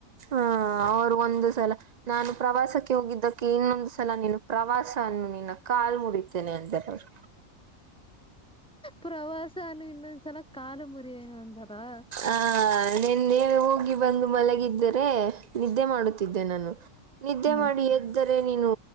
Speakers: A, on the right (about 75°); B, in the centre.
A: ಹಾ ಅವ್ರು ಒಂದು ಸಲ ನಾನು ಪ್ರವಾಸಕ್ಕೆ ಹೋಗಿದ್ದ. ಇನ್ನೊಂದ್ ಸಲ ನೀನು ಪ್ರವಾಸನ್ನು ನಿನ್ನ ಕಾಲು ಮುರಿತೇನೆ ಅಂದಾರೆ ಅವರು.
B: ಪ್ರವಾಸಾನ ಇನ್ನೊ ಸಲ ಕಾಲು ಮುರಿವನು ಅಂದಾರಾ.
A: ಆ ನಿನ್ನೆ ಹೋಗಿ ಬಂದು ಮಲಗಿದ್ದರೆ. ನಿದ್ದೆ ಮಾಡುತ್ತಿದ್ದೆ ನಾನು ನಿದ್ದೆ
B: ಹಾ
A: ಮಾಡಿ ಎದ್ದ. ರೆ ನೀನು